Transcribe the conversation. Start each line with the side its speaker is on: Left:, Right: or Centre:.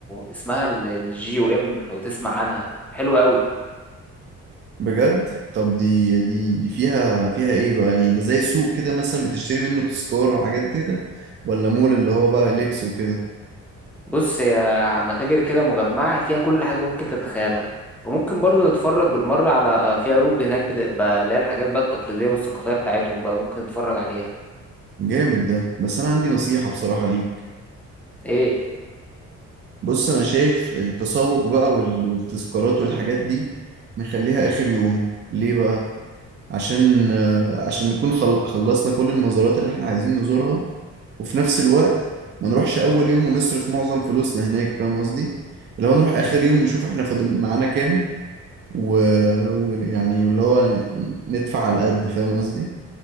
Centre: اسمها الجي او ام لو تسمع عنها حلوة قوي
Right: بجد طب دي دي دي فيها فيها ايه بقى يعني ده زي سوق كده مثلا بتشتري منه تذكار وحاجات كده ولا مول اللي هو بقى لبس وكده
Centre: بص هي متاجر كده مجمعة فيها كل حاجة ممكن تتخيلها وممكن برضو نتفرج بالمرة على في عروض هناك بتبقى اللي هي الحاجات بقى التقليدية والثقافية بتاعتهم بقى ممكن نتفرج عليها
Right: جامد ده بس انا عندي نصيحة بصراحة ليك
Centre: ايه
Right: بص انا شايف التسوق بقى وال- والتذكارات والحاجات دي نخليها اخر يوم ليه بقى عشان آه، عشان نكون خل- خلصنا كل المزارات اللي احنا عايزين نزورها وفي نفس الوقت ما نروحش اول يوم ونصرف معظم فلوسنا هناك فاهم قصدي لو نروح اخر يوم نشوف احنا فاضل معانا كام ويعني و- ويعني اللي هو ن- ندفع على قد فاهم قصدي